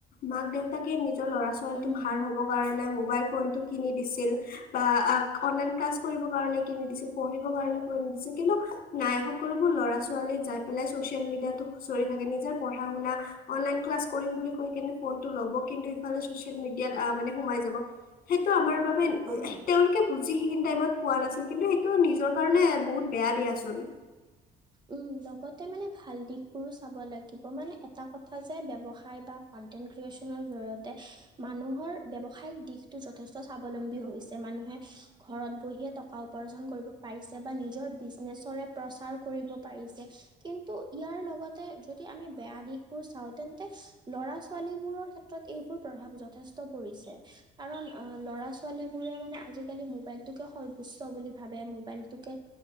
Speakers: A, on the left; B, on the right.
A: মাক-দেউতাকে নিজৰ ল'ৰা-ছোৱালীটোক
B: উম
A: ভাল হ'বৰ কাৰণে মোবাইল ফোনটো কিনি‌ দি ছিল বা অনলাইন ক্লাছ কৰিবৰ কাৰণে কিনি দিছিল, পঢ়িবৰ কাৰণে কিনি দিছিল কিন্তু নাই সকলোবোৰ ল'ৰা-ছোৱালীৱে যায় পেলাই ছ'চিয়েল মিডিয়াটো খুচৰি থাকে, নিজৰ পঢ়া-শুনা, অনলাইন ক্লাছ কৰিম বুলি কৈ কিনে ফোনটো ল'ব কিন্তু ইফালে ছ'চিয়েল মিডিয়াত আ মানে সোমাই যাব, সেইটো আমাৰ বা
B: অ
A: তেওঁলোকে বুজি সেইখিনি টাইমত পোৱা নাছিল। কিন্তু তো নিজৰ কাৰণে বহুত বেয়া দিয়াচোন।
B: উম। লগতে মানে ভাল দিশবোৰো চাব লাগিব, মানে এটা কথা যে ব্যৱসায় বা কন্টেন্ট ক্ৰিয়ে নৰ জৰিয়তে মানুহৰ ব্যৱসায়িক দিশটো যথেষ্ট স্বাৱলম্বী হৈছে, মানুহে ঘৰত বহিয়ে টকা উপাৰ্জন কৰিব পাৰিছে বা নিজৰ বিজনেচৰে প্ৰচাৰ কৰিব পাৰিছে কিন্তু ইয়াৰ লগতে যদি আমি বেয়া দিশবোৰ চাওঁ তেন্তে ল ল'ৰা-ছোৱালীবোৰৰ ক্ষেত্ৰত এইবোৰ প্ৰভাৱ যথেষ্ট পৰিছে। কাৰণ ল'ৰা-ছোৱালীবোৰে মানে আজিকালি মোবাইলটোকে সৰ্বোচ্চ বুলি ভাবে, মোবাইলটোকে